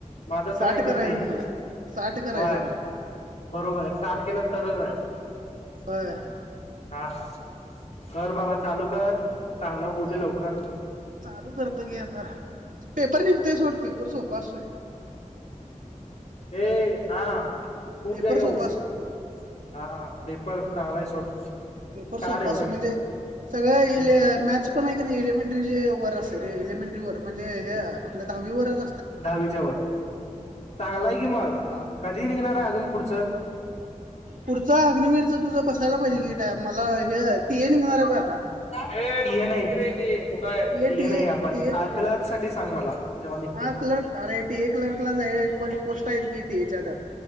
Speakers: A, on the left; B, on the right.
A: माझा तर
B: साठ
A: नाईंटी
B: करायचंय
A: थ्री हय.
B: मला साठ करायचंय
A: व्हय.
B: बघ
A: बरोबर हय साठ केलस तरच हाय
B: होय
A: हा. कर बाबा चालू कर चांगलं हु
B: चालू
A: दे लवकर.
B: कर चालू <inaudible> पेपर निघतुय सोड. पेपर सोपा असतोय.
A: ये हा <unintelligible>
B: पेपर सोपा असतोय
A: हा पेपर चांगला हाय सोड.
B: पेपर
A: काढ
B: सोपा
A: एवढं
B: अस म्हणजे सगळं
A: हम्म
B: लिया मॅथस पण हाय की नाई एलिमेंट्रीचे वर अस सरे एलिमेंटरी वर म्हणजे हे आपल दहावीवरच
A: दहावीच्या वर. चांगलाय कि मग आ कधी निघणाराय अजून? पुढचं
B: पुढच अग्निवीरच तुझं बस असायला पाहिजे की टायम मला हे टी ए निघणार हाय ब आता.
A: <unintelligible> कुठ हाय?
B: टी
A: ती
B: ए टी
A: न्हाय
B: ए
A: आपण
B: टी ए
A: आकल ते सांग मला जेव्हा निघत्या
B: हा क्लर्क अरे टी ए क्लर्कलाच हाय पण पोस्ट आहेच की टी एच्या त्या